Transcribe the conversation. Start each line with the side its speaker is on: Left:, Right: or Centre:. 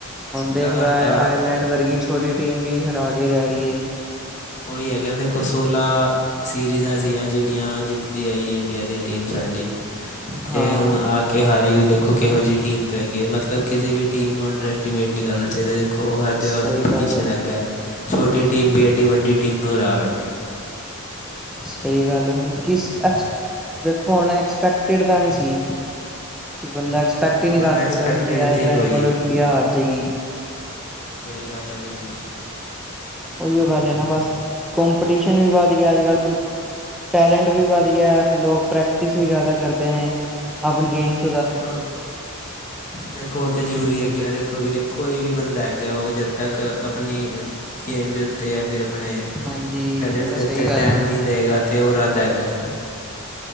Centre: ਹੁਣ ਦੇਖ
Left: ਲਗਾਤਾਰ
Centre: ਲੋ ਆਏਰ ਆਏਰਲੈਂਡ ਵਰਗੀ ਛੋਟੀ ਟੀਮ ਵੀ ਹਰਾ ਕੇ ਜਾ ਰਈ ਏ।
Left: ੳਈ ਹੈਗਾ ਨਾ ਦੇਖੋ ਸੋਲਾ ਸੀਰੀਜਾਂ ਸੀਆਂ ਜੇੜੀਆਂ ਜਿੱਤਦੀ ਆਈ ਏ ਇੰਡੀਆ ਦੀ ਟੀਮ ਸਾਡੀ ਤੇ
Centre: ਹਾਂ
Left: ਹੁਣ ਆ। ਕਿ ਹਾਰੀ ਵੀ ਦੇਖੋ ਕਿਹੋ ਜੀ ਟੀਮ ਤੋਂ ਹੈਗੀ ਐ, ਮਤਲਬ ਕਿਸੇ ਵੀ ਟੀਮ ਨੂੰ ਅੰਡਰ ਐਸਟੀਮੇਟ ਨੀਂ ਕਰਨਾ ਚਾਹੀਦਾ ਦੇਖੋ। ਦੇਖੋ ਹਰ ਜਗ੍ਹਾ
Centre: ਸਹੀ
Left: ਕੰਪੀਟੀਸ਼ਨ
Centre: ਗੱਲ ਹੈ
Left: ਹੈਗਾ ਐ, ਛੋਟੀ ਟੀਮ ਵੀ ਐਡੀ ਵੱਡੀ ਟੀਮ ਨੂੰ ਹਰਾ ਬੈਠੀ ਐ।
Centre: ਸਈ ਗੱਲ ਆ ਹੁਣ ਕਿਸ ਐ। ਦੇਖੋ ਹੁਣ ਐਕਸਪੈਕਟਿਡ ਤਾਂ ਨੀਂ ਸੀ। ਕਿ ਬੰਦਾ ਐਕਸਪੈਕਟ
Left: ਬਿਲਕੁਲ
Centre: ਈ ਨੀਂ ਕਰ
Left: ਅਨਐਕਸਪੈਕਟਿਡ
Centre: ਸਕਦਾ ਸੀ ਕਿ ਆਇਰਲੈਂਡ
Left: ਥਿੰਗ ਹੋਈ
Centre: ਕੋਲੋਂ
Left: ਏ
Centre: ਇੰਡੀਆ ਹਾਰ ਜੇਗੀ।
Left: ਸਹੀ ਗੱਲ ਐ, ਵੀਰ ਜੀ।
Centre: ਉਹੀਓ ਗੱਲ ਐ ਨਾ ਬਸ, ਕੌੰਪਟੀਸ਼ਨ ਵੀ ਵੱਧ ਗਿਆ ਅੱਜ-ਕੱਲ੍ਹ। ਟੈਲੈਂਟ ਵੀ ਵੱਧ ਗਿਆ, ਲੋਕ ਪ੍ਰੈਕਟਿਸ ਵੀ ਜ਼ਿਆਦਾ ਕਰਦੇ ਨੇ ਆਪਣੀ ਗੇਮਸ।
Left: ਦੇਖੋ। ਦੇਖੋ ਉਹ ਤੇ ਜ਼ਰੂਰੀ ਹੈਗੇ ਨਾ, ਦੇਖੋ ਵੀਰੇ ਕੋਈ ਵੀ ਬੰਦਾ ਹੈਗਾ ਏ, ਉਹ ਜਦ ਤੱਕ ਆਪਣੀ। ਗੇਮ ਦੇ ਉੱਤੇ ਜਾਂ ਫਿਰ ਆਪਣੇ,
Centre: ਹਾਂਜੀ
Left: ਟੈਲੈਂਟ
Centre: ਇਹ ਤਾਂ
Left: ਦੇ
Centre: ਸਹੀ
Left: ਉੱਤੇ
Centre: ਗੱਲ
Left: ਟੈਮ
Centre: ਏ।
Left: ਨਈ। ਦੇਗਾ ਤੇ ਉਹ ਰੱਦ ਹੈਗਾ।